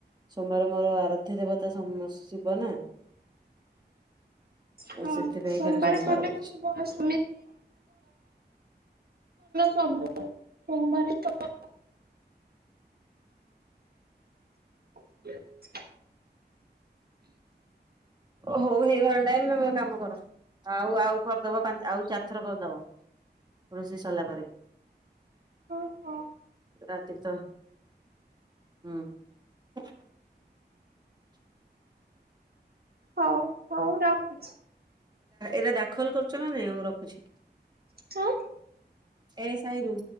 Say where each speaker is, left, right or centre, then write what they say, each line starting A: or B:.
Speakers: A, on the right; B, on the right.
A: ସୋମବାର ମୋର ଆରାଧ୍ୟ ଦେବତା ଶିବ ନା।
B: ହଁ
A: ସେଥିପାଇଁ ଖାଲି ସୋମବାର
B: କଲେ
A: କରୁଛି।
B: ବହୁତ <unintelligible> ସବୁ ସୋମବାର <inaudible> <inaudible>
A: ହଉ ହେଇଗଲାଇ ଟାଇମ ତମେ କାମ କର। ଆଉ ଆଉ କରିଦବ ପା ଆଉ ଚାରି ଥର କରିଦବ ରୋଷେଇ ସରିଲା ପରେ।
B: ଓହୋ
A: ରାତି ତ ହୁଁ <unintelligible>
B: ହଉ ହଉ ରଖୁଛି।
A: ଏବେ ଦାଖଲ କରୁଛ ନା ନାଇଁ ମୁଁ ରଖୁଛି।
B: <inaudible>
A: ଏ ସାଇ ରୁ